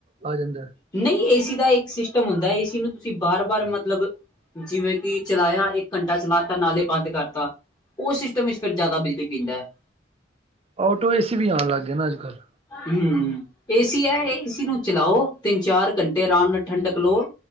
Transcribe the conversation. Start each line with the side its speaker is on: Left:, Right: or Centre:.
Right: ਆ ਜਾਂਦਾ।
Left: ਨਹੀਂ ਏਸੀ ਦਾ ਇੱਕ ਸਿਸਟਮ ਹੁੰਦਾ ਏਸੀ ਨੂੰ ਤੁਸੀਂ ਬਾਰ ਵਾਰ ਮਤਲਬ ਜਿਵੇਂ ਕਿ ਚਲਾਇਆ ਇੱਕ ਘੰਟਾ ਚਲਾ ਤਾ ਨਾਲੇ ਬੰਦ ਕਰਤਾ। ਉਹ ਸਿਸਟਮ ਵਿੱਚ ਫਿਰ ਜ਼ਿਆਦਾ ਬਿਜਲੀ ਪੀਂਦਾ ਹੈ
Right: ਆਟੋ ਏ ਸੀ ਵੀ ਆਉਣ ਲੱਗ ਗਏ ਨਾ ਅੱਜ ਕੱਲ੍ਹ
Left: ਹਮ ਏਸੀ ਹੈ ਏਸੀ ਨੂੰ ਚਲਾਓ ਤਿੰਨ ਚਾਰ ਘੰਟੇ ਆਰਾਮ ਨਾਲ ਠੰਡਕ ਲਓ।